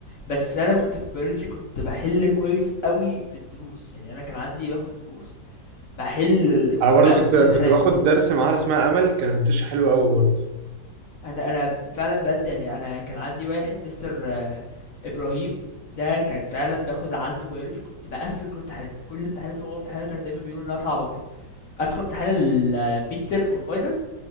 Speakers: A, on the left; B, on the right.
A: بس أنا كنت في biology كنت باحل كويس أوي في الدروس، يعني أنا كان عندي باخد دروس باحل ال وباقفل
B: انا برضو كنت
A: كل
B: كنت
A: الامتحانات.
B: باخد درس معاها اسمها امل كانت بتشرح حلو قوي برضو
A: انا انا فعلا بجد يعني انا كان عندي واحد مستر آه، ابراهيم ده كان فعلا باخد عنده بيولوجي كنت بقفل كل امتحاناته كل امتحاناته هو امتحانه كان دايما بيقول انها صعبه وكده ادخل امتحان الميد ترم والفاينل أ-